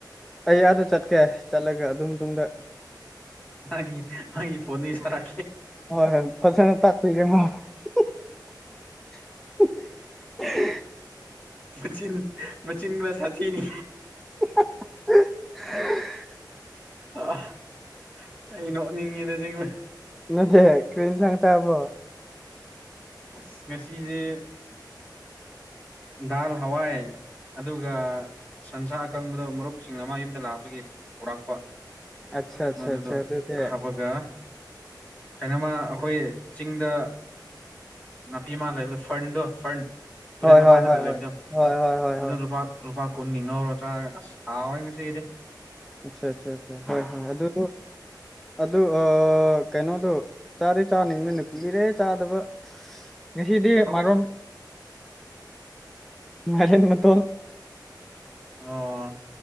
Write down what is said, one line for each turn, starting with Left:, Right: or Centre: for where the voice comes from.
Centre: ꯑꯩ ꯑꯥꯗ ꯆꯠꯀꯦ ꯆꯠꯂꯒ ꯑꯗꯨꯝ ꯃꯇꯨꯡꯗ
Left: ꯍꯥꯏꯒꯤ ꯍꯒꯤ ꯐꯣꯟ ꯁꯔꯦ
Centre: ꯍꯣꯏ ꯍꯣꯏ ꯐꯖꯅ ꯇꯥꯛꯄꯤꯒꯦꯃ <unintelligible>
Left: ꯃꯆꯤꯟ ꯃꯆꯤꯟ ꯈꯔ ꯁꯥꯊꯤꯅꯤ
Centre: <unintelligible>
Left: ꯑ ꯑ ꯅꯣꯛꯅꯤꯡꯉꯤꯗ ꯆꯕ
Centre: ꯅꯠꯇꯦ ꯀ꯭ꯔꯤꯟ ꯁꯥꯡ ꯇꯥꯕ꯭ꯔꯣ
Left: ꯑꯁ ꯃꯦꯁꯤꯖꯦ
Centre: <unintelligible>
Left: ꯗꯔ ꯍꯋꯥꯥꯏ ꯑꯗꯨꯒ ꯁꯟꯁꯥ ꯑꯀꯪꯕꯗ ꯃꯔꯨꯞꯁꯤꯡꯅ ꯃꯥ ꯌꯨꯝꯗ ꯂꯥꯛꯄꯒꯤ ꯄꯨꯔꯛꯄ
Centre: ꯑꯠꯆꯥ ꯑꯠꯆꯥ
Left: ꯃꯗꯨ
Centre: ꯑꯠꯆꯥ
Left: ꯑꯗꯨ
Centre: ꯑꯗꯨꯗꯤ
Left: ꯍꯥꯕꯒ
Centre: <unintelligible>
Left: ꯀꯩꯅꯣꯃ ꯑꯩꯈꯣꯏ ꯆꯤꯡꯗ ꯅꯥꯄꯤꯃ ꯂꯩꯕꯗ ꯐꯔꯟꯗꯣ ꯐꯔꯟ ꯇꯨꯔꯦꯟ
Centre: ꯍꯣꯏ ꯍꯣꯏ
Left: ꯄꯥꯟꯗꯔ
Centre: ꯍꯣꯏ
Left: ꯂꯩ
Centre: ꯍꯣꯏ ꯍꯣꯏ ꯍꯣꯏ ꯍꯣꯏ
Left: ꯃ
Centre: ꯍꯣꯏ
Left: ꯂꯨꯄꯥ ꯂꯨꯄꯥ ꯀꯨꯟꯒꯤ ꯉꯧꯔꯣ ꯆꯥꯔ ꯑꯁ ꯍꯥꯎꯑꯦ ꯉꯁꯤꯗꯤ
Centre: ꯑꯆꯥ ꯑꯆꯥꯆꯥ ꯑꯆꯥ ꯍꯣꯏ ꯍꯣꯏ ꯑꯗꯨ ꯑꯗꯨ ꯀꯩꯅꯣꯗꯣ ꯆꯥꯗꯦ ꯆꯥꯅꯤꯡꯅꯤꯅ ꯀꯨꯏꯔꯦ ꯆꯥꯗꯕ ꯉꯁꯤꯗꯤ
Left: ꯑꯣ
Centre: ꯃꯔꯣꯟ <unintelligible>
Left: ꯑꯣ